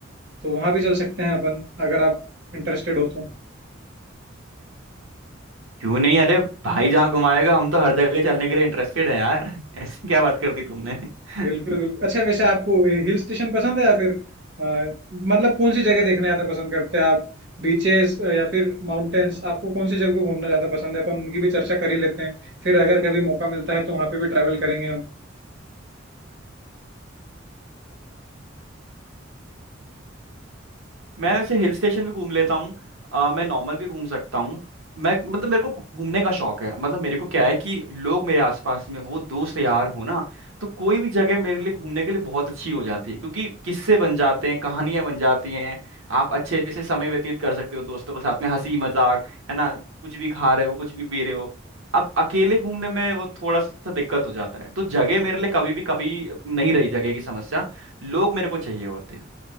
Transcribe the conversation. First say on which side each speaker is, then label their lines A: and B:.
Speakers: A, on the right (about 60°); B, on the right (about 85°).
A: तो वहां भी चल सकते हैं अपन अगर आप इंटरेस्टेड हो तो
B: क्यों नहीं अरे भाई जहाँ घुमाएगा हम तो हर जगह चलने के लिए इंटरेस्टेड है यार <laughs> ऐसी क्या बात कर दी तुमने <laughs>
A: बिल्कुल बिल्कुल अच्छा वैसे आपको हिल स्टेशन पसंद है या फिर अ, मतलब कौन सी जगह देखना ज्यादा पसंद करते हैं आप बीचेस या फिर माउंटेन्स आपको कौन सी जगह पे घूमना ज्यादा पसंद है अपन उनकी भी चर्चा कर ही लेते हैं फिर अगर कभी मौका मिलता है तो वहां पे भी ट्रैवल करेंगे हम
B: मैं वैसे हिल स्टेशन भी घूम लेता हूँ अ, मैं नॉर्मल भी घूम सकता हूँ मैं मतलब मेरे को घूमने का शौक है मतलब मेरे को क्या है कि लोग मेरे आसपास में हो दोस्त यार हो ना तो कोई भी जगह मेरे लिए घूमने के लिए बहुत अच्छी हो जाती है क्योंकि किस्से बन जाते हैं कहानियां बन जाती हैं आप अच्छे से समय व्यतीत कर सकते हो दोस्तों के साथ में हंसी मजाक है ना कुछ भी खा रहे हो कुछ भी पी रहे हो अब अकेले घूमने में वो थोड़ा सा दिक्कत हो जाता है तो जगह मेरे लिए कभी भी कभी नहीं रही जगह की समस्या लोग मेरे को चाहिए होते हैं